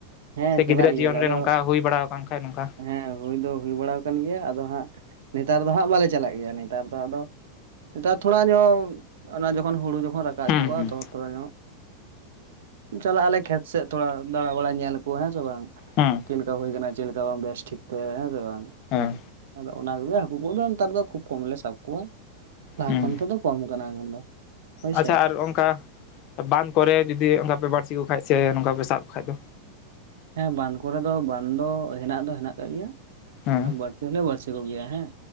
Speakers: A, on the right; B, on the left.
A: ᱦᱮᱸ
B: ᱥᱮ
A: ᱪᱟᱞᱟᱜ
B: ᱜᱤᱫᱽᱨᱟᱹ
A: ᱜᱮᱭᱟᱞᱮ
B: ᱡᱤᱭᱚᱱ ᱨᱮ
A: ᱟᱫᱚ
B: ᱱᱚᱝᱠᱟ ᱦᱩᱭ ᱵᱟᱲᱟ ᱟᱠᱟᱱ ᱠᱷᱟᱱ ᱱᱚᱝᱠᱟ
A: ᱦᱮᱸ ᱦᱩᱭ ᱫᱚ ᱦᱩᱭ ᱵᱟᱲᱟ ᱟᱠᱟᱱ ᱜᱮᱭᱟ ᱟᱫᱚ ᱦᱟᱸᱜ ᱱᱮᱛᱟᱨ ᱫᱚ ᱦᱟᱸᱜ ᱵᱟᱞᱮ ᱪᱟᱞᱟᱜ ᱜᱮᱭᱟ, ᱱᱮᱛᱟᱨ ᱫᱚ ᱟᱫᱚ ᱱᱮᱛᱟᱨ ᱛᱷᱚᱲᱟ ᱧᱚᱜ ᱚᱱᱟ ᱡᱚᱠᱷᱚᱱ ᱦᱩᱲᱩ ᱦᱚᱸ ᱨᱟᱠᱟᱵ
B: ᱦᱩᱸ
A: ᱧᱚᱜᱚᱜᱼᱟ ᱛᱚ ᱛᱷᱚᱲᱟ ᱧᱚᱜ ᱪᱟᱞᱟᱜ ᱟᱞᱮ ᱠᱷᱮᱛ ᱥᱮᱫ ᱛᱷᱚᱲᱟ ᱫᱟᱲᱟ ᱵᱟᱲᱟ ᱧᱮᱞ᱾ ᱦᱮᱸ ᱥᱮ ᱵᱟᱝ
B: ᱦᱩᱸ ᱦᱩᱸ
A: ᱪᱮᱫ ᱞᱮᱠᱟ ᱦᱩᱭ ᱠᱟᱱᱟ ᱪᱮᱫ ᱞᱮᱠᱟ ᱵᱟᱝ ᱵᱮᱥ ᱴᱷᱤᱠ ᱦᱮᱸ ᱥᱮ ᱵᱟᱝ
B: ᱦᱮᱸ
A: ᱟᱫᱚ ᱚᱱᱟ ᱠᱚᱜᱮ ᱦᱟᱹᱠᱩ ᱠᱚᱫᱚ ᱱᱮᱛᱟᱨ ᱫᱚ ᱠᱷᱩᱵ ᱠᱚᱢᱞᱮ ᱥᱟᱵ ᱠᱚᱣᱟ᱾ ᱞᱟᱦᱟ
B: ᱦᱩᱸ
A: ᱠᱷᱚᱱ ᱛᱮᱫᱚ ᱠᱚᱢ ᱠᱟᱱᱟ ᱮᱠᱷᱚᱱ ᱫᱚ ᱦᱳᱭᱥᱮ
B: ᱟᱪᱪᱷᱟ ᱟᱨ ᱚᱱᱠᱟ ᱵᱟᱸᱫ ᱠᱚᱨᱮ ᱡᱩᱫᱤ ᱚᱱᱠᱟ ᱯᱮ ᱵᱟᱹᱲᱥᱤ ᱠᱚ ᱠᱷᱟᱡ ᱥᱮ ᱱᱚᱝᱠᱟ ᱯᱮ ᱥᱟᱵ ᱠᱚ ᱠᱷᱟᱡ ᱫᱚ
A: ᱦᱮᱸ ᱵᱟᱸᱫᱷ ᱠᱚᱨᱮ ᱫᱚ ᱵᱟᱸᱫ ᱫᱚ ᱦᱮᱱᱟᱜ ᱫᱚ ᱦᱮᱱᱟᱜ ᱟᱠᱟᱜ ᱜᱮᱭᱟ
B: ᱦᱮᱸ
A: ᱵᱟᱹᱲᱥᱤ <unintelligible> ᱵᱟᱹᱲᱥᱤ ᱠᱚᱜᱮᱭᱟ ᱦᱮᱸ